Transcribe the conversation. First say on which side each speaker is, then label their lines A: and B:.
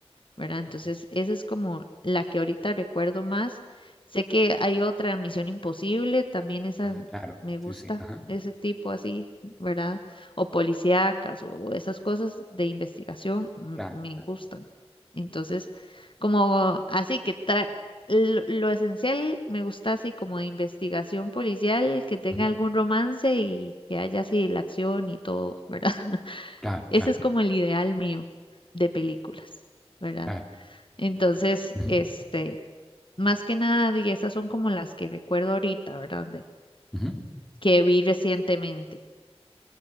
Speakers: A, on the left; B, in the centre.
A: ¿verdad? Entonces,
B: ujú,
A: esa es como la que ahorita recuerdo más. Sé que hay otra Misión Imposible, también esa
B: ah, claro,
A: me gusta,
B: sí, sí, ajá,
A: ese tipo así, ¿verdad? O policíacas o esas cosas de investigación mm,
B: claro,
A: me
B: claro,
A: gustan. Entonces, como así que tra- Lo, lo esencial me gusta así como de investigación policial, que tenga
B: ujú,
A: algún romance y que haya así la acción y todo, ¿verdad? <laughs>
B: claro,
A: Ese
B: claro,
A: es como el ideal mío de películas, ¿verdad?
B: claro,
A: Entonces,
B: ujú,
A: este, más que nada, y esas son como las que recuerdo ahorita, ¿verdad? De-
B: ujú,
A: que vi recientemente.